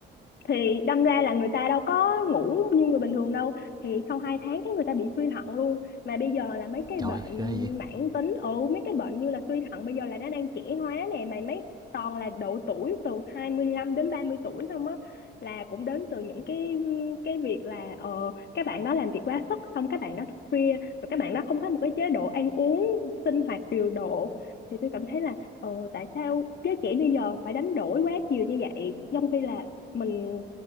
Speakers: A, on the left (about 55°); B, on the right (about 20°).
A: thì đâm ra là người ta đâu có ngủ như người bình thường đâu thì sau 2 tháng cái người ta bị suy thận luôn mà bây giờ là mấy cái
B: trời
A: bệnh
B: ơi, ghê vậy.
A: mãn tính ừ mấy cái bệnh như là suy thận bây giờ là nó đang trẻ hóa nè mà mấy toàn là độ tuổi từ 25 đến 30 tuổi không á là cũng đến từ những cái cái việc là ờ các bạn đó làm việc quá sức xong các bạn đó thức khuya rồi các bạn đó không có một cái chế độ ăn uống sinh hoạt điều độ thì tôi cảm thấy là ờ tại sao giới trẻ bây giờ phải đánh đổi quá nhiều như vậy trong khi là mình